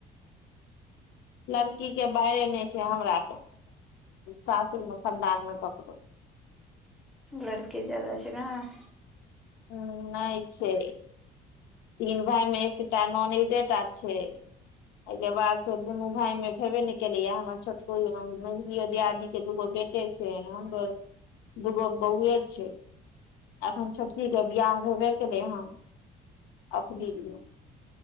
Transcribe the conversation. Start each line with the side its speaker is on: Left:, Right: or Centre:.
Left: लड़की के बरे नहि छै हमरा सासुर मे खानदान मे ककड़ो।
Centre: लड़की जादा छै न।
Left: हू नई छै। तिन भाई मे एकटा ननदे टा छै। एहि के बाद फ दुनू भाय मे हेबे ने केले या हमर छोटकोमझोलियो दियादनी के दूगो बेटा। छै हमरे दूगो बउए छै। एखन छोटकी के बियाह भेबे केलै हन। अपृल में।